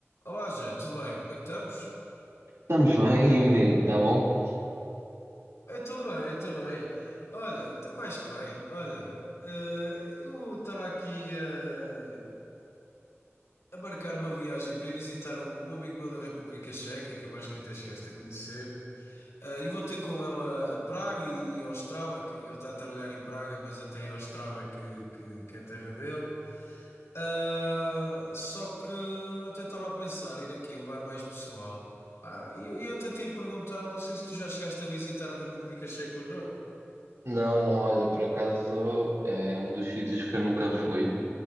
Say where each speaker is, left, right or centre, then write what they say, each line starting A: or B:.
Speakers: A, on the left; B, on the right.
A: Olá, Jé, tudo bem? Como é que estamos?
B: Estamos bem, e o menino, está bom?
A: Eu estou bem, estou bem. Olha, estou mais que bem. Olha, eh, eu estava aqui eh, a marcar uma viagem para ir visitar um, um amigo meu da República Checa, que eu acho que até chegaste a conhecer. Ah, e vou ter com ele a, a Praga e, e ao Ostrava, que ele está a trabalhar em Praga, mas até é Ostrava que, que, que é a terra dele. Ah, só que até estava a pensar ir aqui levar mais pessoal. Ah, e eu, eu até te ia perguntar, não sei se tu já chegaste a visitar a República Checa ou não.
B: Não, não, olha, por acaso é um dos sítios que eu nunca fui.